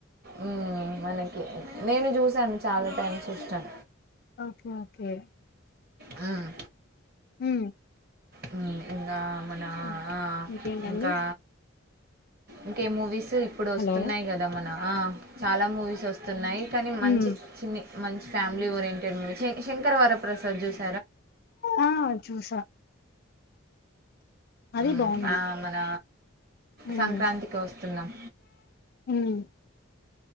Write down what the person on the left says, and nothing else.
ఆహా ఓకే ఓకే
హు
అ
ఇంకేంటండీ?
హలో
ఉమ్
ఆ చూసా అది
బాగుంది
ఉమ్
ఉమ్